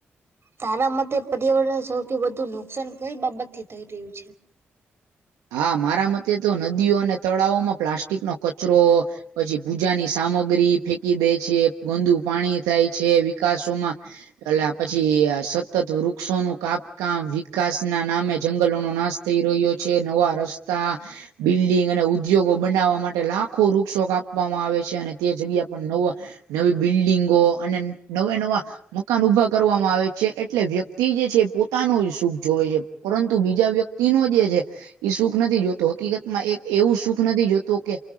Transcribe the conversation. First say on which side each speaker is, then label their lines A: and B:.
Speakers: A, on the right; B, on the right.
A: તારા મતે પર્યાવરણને સૌથી વધુ નુકસાન કઈ બાબત થી થઈ રહ્યું છે?
B: હા મારા મતે તો નદીઓ અને તળાવમાં પ્લાસ્ટિક નો કચરો પછી પૂજાની સામગ્રી ફેંકી દે છે ગંદુ પાણી થાય છે વિકાસોમાં એટલે પછી સતત વૃક્ષોનું કાપકામ વિકાસ ના નામે જંગલોનું નાસ થઈ રહ્યો છે નવા રસ્તા બિલ્ડિંગ અને ઉદ્યોગો બનાવવા માટે લાખો વૃક્ષો કાપવામાં આવે છે અને તે જગ્યા પણ નવા નવી બિલ્ડિંગો અને નવા નવા મકાન ઉભા કરવામાં આવે છે એટલે વ્યક્તિ જે છે પોતાનું સુખ જોવે છે પરંતુ બીજા વ્યક્તિ નો જે છે ઈ સુખ નથી જોતો હકીકત માં એક એવું સુખ નથી જોતો કે